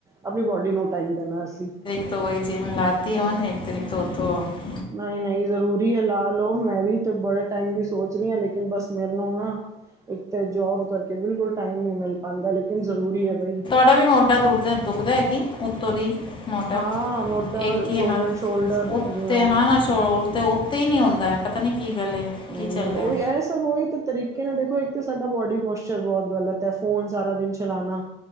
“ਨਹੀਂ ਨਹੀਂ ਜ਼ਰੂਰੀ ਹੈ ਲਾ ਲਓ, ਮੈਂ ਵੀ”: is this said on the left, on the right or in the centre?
Right